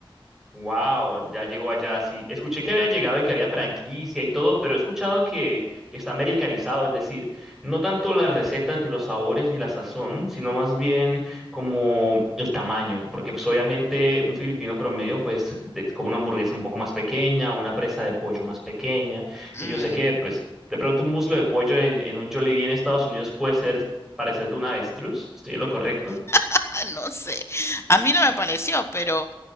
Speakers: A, in the centre; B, on the left (about 30°).
A: Wow, ya llegó allá. Sí, escuché que había llegado y que había franquicia y todo, pero he escuchado que, que está americanizado, es decir, no tanto las recetas, ni los sabores, ni la sazón, sino más bien como el tamaño, porque pues obviamente un filipino promedio pues de- come una hamburguesa un poco más pequeña, una presa de pollo más pequeña,
B: Mm,
A: y yo sé que pues de pronto un muslo de pollo en, en un Jollibee en Estados Unidos puede ser parecer de un avestruz, ¿estoy en lo correcto?
B: ah, no sé, a mí no me pareció, pero,